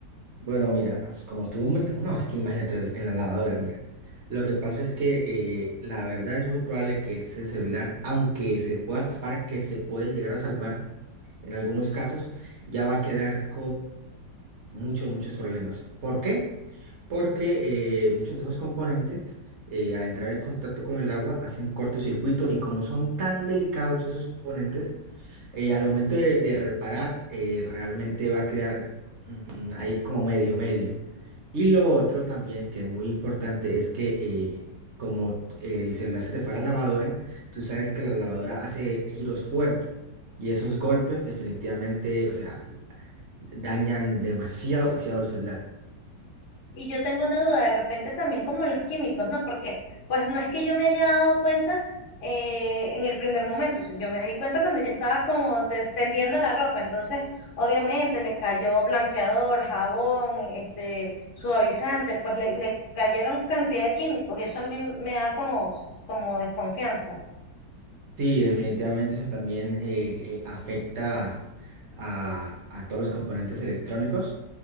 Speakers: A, on the right; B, on the left.
A: Bueno, mira, pues, como tú, me- no, es que imagínate en la lavadora, mira. Lo que pasa es que eh, la verdad es muy probable que ese celular, aunque se pueda salvar, que se puede llegar a salvar en algunos casos, ya va a quedar muchos, muchos problemas. ¿Por qué? Porque eh, muchos de esos componentes, eh, al entrar en contacto con el agua, hacen cortocircuito y como son tan delicados esos componentes, eh, al momento de, de reparar, eh, realmente va a quedar mm, ahí como medio, medio. Y lo otro también que es muy importante es que eh, como el celular se te fue a la lavadora, tú sabes que la lavadora hace giros fuertes. Y esos golpes definitivamente, o sea, dañan demasiado, demasiado el celular.
B: Y yo tengo una duda de repente también como los químicos, ¿no? Porque pues no es que yo me haya dado cuenta eh, en el primer momento, o sea, yo me di cuenta cuando yo estaba como tes- tendiendo la ropa, entonces obviamente le cayó blanqueador, jabón, este, suavizante, pues le, le cayeron cantidad de químicos y eso a mí me da como, como desconfianza.
A: Sí, definitivamente eso también eh, eh, afecta a, a todos los componentes electrónicos,